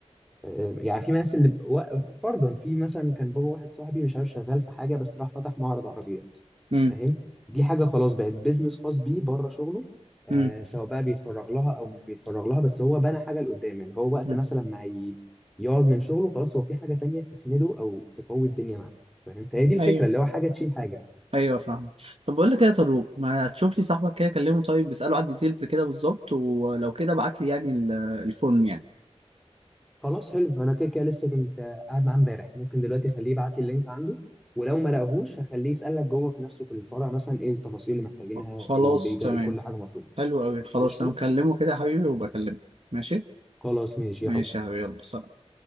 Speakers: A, in the centre; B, on the right (about 60°).
A: آه، يعني في ناس اللي و- فرضا في مثلا كان بابا واحد صاحبي مش عارف شغال في حاجه بس راح فتح معرض عربيات
B: امم
A: فاهم دي حاجه خلاص بقت بيزنس خاص بيه بره شغله آه
B: امم
A: سواء بقى بيتفرغ لها او مش بيتفرغ لها بس هو بنى حاجه لقدام اللي هو وقت
B: أمم.
A: مثلا ما هي- يقعد من شغله خلاص هو في حاجه تانية تسنده او تقوي الدنيا معاه فاهم فهي دي الفكره
B: ايوه
A: اللي هو حاجه تشيل حاجه
B: ايوه فاهم طب بقول لك ايه يا طارق ما تشوف لي صاحبك كده كلمه طيب اساله على الديتيلز كده بالظبط ولو كده ابعت لي يعني ال- الفورم يعني
A: خلاص حلو انا كده كده لسه كنت قاعد معاه امبارح ممكن دلوقتي اخليه يبعت لي اللينك عنده ولو ما لقاهوش هخليه يسألك جوه في نفسه في الفرع مثلا ايه التفاصيل اللي محتاجينها
B: خلاص
A: الداتا
B: تمام
A: ايه كل حاجة مطلوبة
B: حلو أوي خلاص
A: قشطة
B: أنا مكلمه كده يا حبيبي وبكلمك ماشي
A: خلاص ماشي
B: ماشي
A: يا حب
B: يا حبيبي يلا سلام.